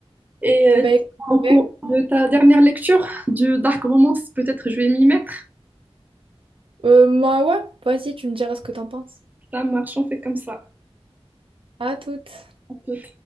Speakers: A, on the right; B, on the right.
A: Et euh,
B: ben, écoute,
A: au cours
B: même,
A: de ta dernière lecture du Dark Romance, peut-être je vais m'y mettre.
B: euh, moi, ouais, vas-y, tu me diras ce que t'en penses.
A: Ça marche, on fait comme ça.
B: À toutes.
A: On peut-